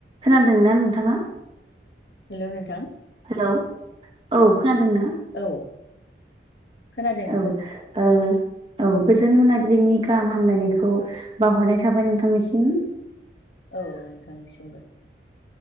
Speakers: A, on the right; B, on the left.
A: खोनादों ना नोंथाङा?
B: हेल' नोंथां।
A: हेलौ औ खोनादों ना?
B: औ खोनादों नोंथां
A: औ ओ औ गोजोन मोनाबिलिनि गाहाम हामलायनायखौ बावहरनाय थाबाय नोंथांनिसिम।
B: औ नोंथांनिसिमबो।